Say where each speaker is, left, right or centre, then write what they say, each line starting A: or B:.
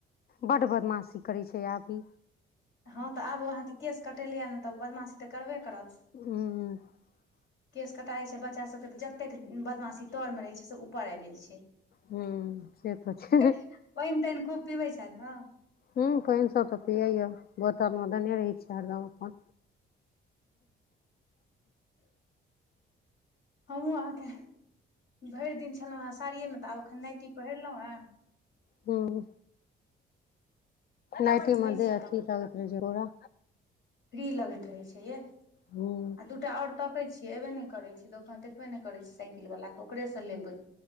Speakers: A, on the left; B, on the left.
A: बड्ड बदमाशी करै छै आब इ
B: हँ तऽ आबू अहाँके केश कटेलियए ने तऽ बदमाशी तऽ करबे करत
A: ह
B: केश कटाइत छै बच्चासभके तऽ जतेक बदमाशी तरमे रहैत छै से ऊपर आबि जाइत छै
A: ह से तऽ छै
B: पानि तानि खूब पीबै छथि ने
A: ह पानि सब तऽ पीयै यै बोतलमे देने रहै छियै हरदम अपन
B: हमहूं अहाँके भरि दिन छलेलहुँ साड़िये मे तऽ आब एखन नाइटी पहिरलहुँ हेँ
A: हँ नाइटी
B: आ घूमै
A: मे देह
B: छी
A: अथी
B: तऽ अहूँके
A: लागैत रहै छै झोरा
B: फ्री लगैत रहे छै ये
A: हूँ
B: आ दूटा और तकै छी एबे ने करे छै ओकरा देखबे ने करे छै साइकिल वाला के ओकरे से लेबे